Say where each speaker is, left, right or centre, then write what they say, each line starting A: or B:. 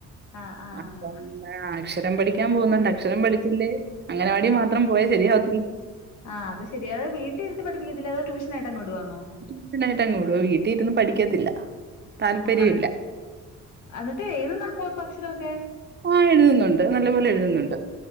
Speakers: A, on the left; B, on the right.
A: ആഹ് ആഹ്
B: അപ്പം ആഹ് അക്ഷരം പഠിക്കാൻ പോകുന്നുണ്ട് അക്ഷരംപഠിച്ചില്ലേ അങ്ങലവാടി മാത്രംപോയാ ശരിയാവത്തില്ല
A: ആഹ് അത് ശെരി അത് വീട്ടീരിത്തി പഠപ്പിക്കത്തില്ലേ അതോട്യൂഷണായിട്ട് വിടുവാണോ?
B: ട്യൂഷനായിട്ട് അങ്ങ് വിടുവ വീട്ടിൽ ഇരുന്ന് പഠിക്കത്തില്ല. താല്പര്യം
A: ആഹ്
B: ഇല്ല
A: എന്നിട്ട് എഴുതുന്നുണ്ടോ ഇപ്പൊ അക്ഷരൊക്കെ?
B: ആഹ് എഴുതുന്നുണ്ട് നല്ലപോലെ എഴുതുന്നുണ്ട്